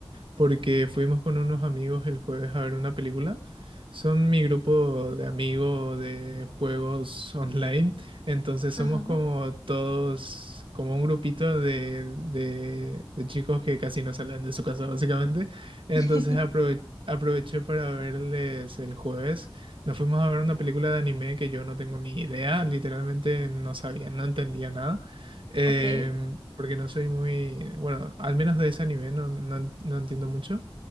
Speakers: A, on the right (about 60°); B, on the left (about 40°).
A: porque fuimos con unos amigos el jueves a ver una película. Son mi grupo de amigos de juegos online, entonces somos
B: Ajá.
A: como todos, como un grupito de, de- de chicos que casi no salen de su casa básicamente. Entonces
B: <laughs>
A: aprove- aproveché para verles el jueves. Nos fuimos a ver una película de anime que yo no tengo ni idea, literalmente no sabía, no entendía nada. Em,
B: Ok,
A: porque no soy muy, bueno, al menos de ese anime no, no- no entiendo mucho.